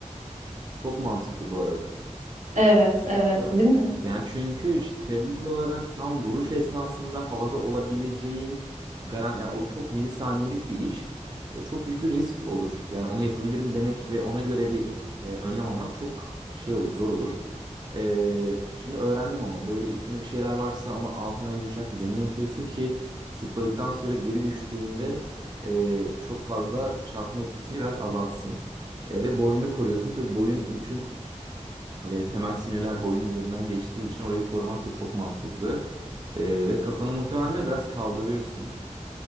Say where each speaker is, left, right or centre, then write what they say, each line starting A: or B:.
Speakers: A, on the right; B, on the right.
A: Çok mantıklı bu arada.
B: Evet, evet,
A: da.
B: değil mi?
A: Yani çünkü işte teorik olarak tam vuruş esnasında havada olabileceğin garan yani o çok milisaniyelik bir iş. E, çok büyük bir risk olur. Yani onu yapabilirim demek ve ona göre bir e, önlem almak çok şey olur, zor olur. E, şimdi öğrendim ama böyle üstünde bir şeyler varsa ona altına yumuşak bir zemin yapıyorsun ki zıpladıktan sonra geri düştüğünde e, çok fazla çarpma etkisini biraz azaltsın. E, ve boynunu koruyorsun. Tabii boyun bütün e, temel sinirler boyun üzerinden geçtiği için orayı korumak da çok mantıklı. E, ve kafanı muhtemelen değil mi, biraz kaldırıyorsun.